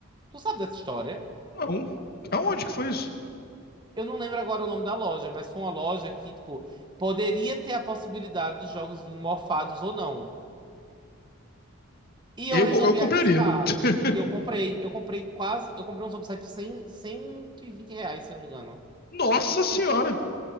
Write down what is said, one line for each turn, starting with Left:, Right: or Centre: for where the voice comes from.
Right: Tu sabe dessa história?
Left: Não. Aonde que foi isso?
Right: Eu não lembro agora o nome da loja, mas foi uma loja que, tipo, poderia ter a possibilidade dos jogos virem mofados ou não. E
Left: Eu,
Right: eu resolvi
Left: eu compraria.
Right: arriscar.
Left: <laughs>
Right: Eu comprei, eu comprei quase, eu comprei um Zombicide cem, cento e vinte reais, se eu não me engano.
Left: Nossa senhora!